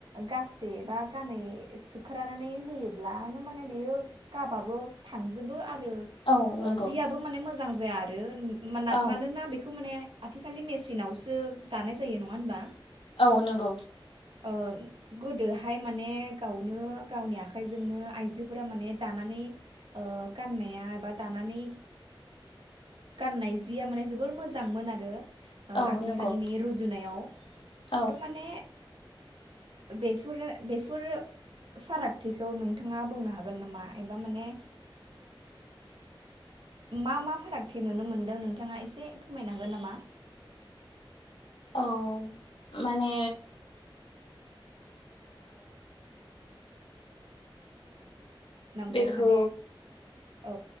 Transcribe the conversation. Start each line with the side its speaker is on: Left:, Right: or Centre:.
Right: गाससे बा गानै सुख्रानानै होयोब्लानो माने बेयो गाबाबो थांजोबो आरो
Left: औ नंगौ
Right: ओ जियाबो माने मोजां जाया आरो मोना
Left: औ
Right: मानोना बेखौ माने आथिखालि मेचिनावसो दानाय जायो नङा होनबा।
Left: औ नंगौ।
Right: ओ गोदोहाय माने गावनो गावनि आखाइजोंनो आइजोफोरा माने दानानै गाननाया माबा दानानै गाननाय जिया माने जोबोर मोजांमोन आरो
Left: औ
Right: आथिखालनि
Left: नंगौ
Right: रुजुनायाव
Left: औ
Right: थ माने बेफोर बेफोर फारागथिखौ नोंथाङा बुंनो हागोन नामा एबा माने मा मा फारागथि नुनो मोनदों नोंथाङा एसे फोरमायनो हागोन नामा
Left: औ माने
Right: नंगौ
Left: बेखौ
Right: माने औ